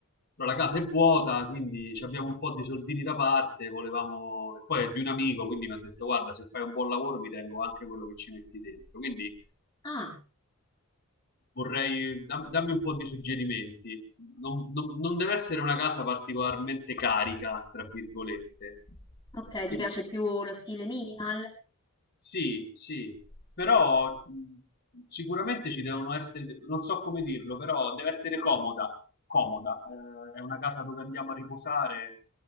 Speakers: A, on the left; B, on the left.
A: Però la casa è vuota, quindi ci abbiamo un po' di soldini da parte, volevamo... e poi è di un amico, quindi mi ha detto guarda, se fai un buon lavoro mi tengo anche quello che ci metti dentro. Quindi
B: Ah,
A: vorrei dam- dammi un po' di suggerimenti. Non, non- non deve essere una casa particolarmente carica, tra virgolette.
B: ok, ti
A: Quindi
B: piace più lo stile minimal?
A: sì, sì, però mh, sicuramente ci devono essere, non so come dirlo, però deve essere comoda, comoda. Eh, è una casa dove andiamo a riposare